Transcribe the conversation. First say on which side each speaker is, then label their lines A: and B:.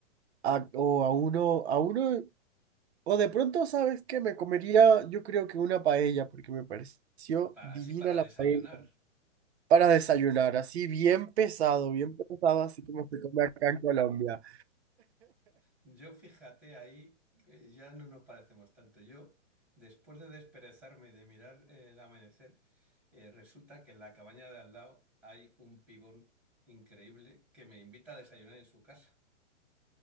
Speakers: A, on the right; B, in the centre.
A: A- o a uno, a uno, o de pronto, ¿sabes qué? Me comería, yo creo que una paella, porque me pareció
B: para,
A: divina
B: así para
A: la
B: desayunar.
A: paella para desayunar, así bien pesado, bien pesado, así como se come acá en Colombia,
B: Yo fíjate ahí, eh, ya no nos parecemos tanto. Yo, después de desperezarme y de mirar eh, el amanecer, eh, resulta que en la cabaña de al lado hay un pibón increíble que me invita a desayunar en su casa.